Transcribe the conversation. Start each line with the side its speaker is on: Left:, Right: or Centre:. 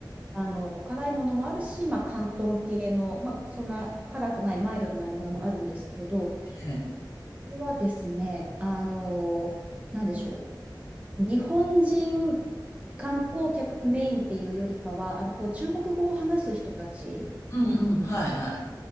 Right: あの、辛いものもあるし、まあ、広東系の、まあ、そんな辛くないマイルドなものもあるんですけど、こ
Left: ええ。
Right: こはですね、あの、なんでしょう、日本人観光客メインっていうよりかは、あの、こう中国語を話す人たち、
Left: うんうん、はい、はい。